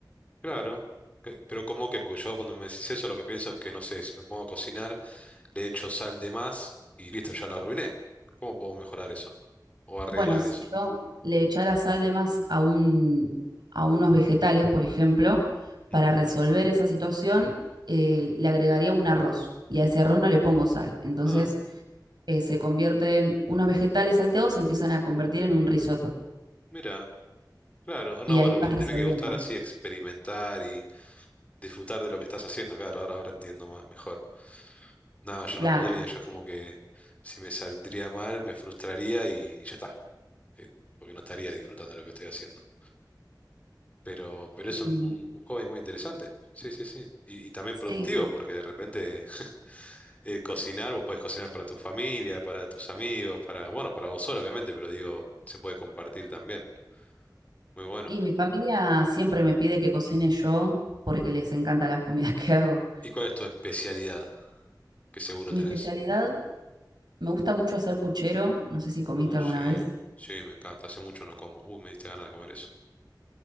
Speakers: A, on the left; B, on the right.
A: Claro, que- pero ¿cómo que? Porque yo cuando me decís eso lo que pienso es que, no sé, si me pongo a cocinar, le echo sal de más y listo, ya la arruiné. ¿Cómo puedo mejorar eso? O arreglar
B: Bueno, si
A: eso.
B: yo le echara sal de más a un, a unos vegetales, por ejemplo,
A: Ujú.
B: para resolver esa situación, eh, le agregaría un arroz y a ese arroz no le pongo sal. Entonces
A: Ah,
B: eh, se convierten unos vegetales salteados, se empiezan a convertir en un risotto
A: mira, claro, no,
B: y ahí
A: bueno,
B: vas
A: te
B: resolviendo.
A: tiene que gustar así experimentar y disfrutar de lo que estás haciendo, claro, ahora, ahora entiendo ma- mejor. No, yo
B: Claro.
A: no podría, yo es como que si me saldría mal me frustraría y ya está, eh, porque no estaría disfrutando de lo que estoy haciendo. Pero, pero
B: Y,
A: es
B: mm,
A: un, un, un hobby muy interesante. Sí, sí, sí. Y, y también
B: sí.
A: productivo, porque de repente eh, cocinar, vos podés cocinar para tu familia, para tus amigos, para, bueno, para vos solo, obviamente, pero digo, se puede compartir también. Muy bueno.
B: Y mi familia siempre me pide que cocine yo porque les encantan las comidas que hago.
A: ¿Y cuál es tu especialidad? Que seguro
B: Mi
A: tenés.
B: especialidad, me gusta mucho hacer puchero, no sé si comiste
A: Uh,
B: alguna
A: sí,
B: vez,
A: sí, me encanta. Hace mucho no como. Uh, me diste ganas de comer eso.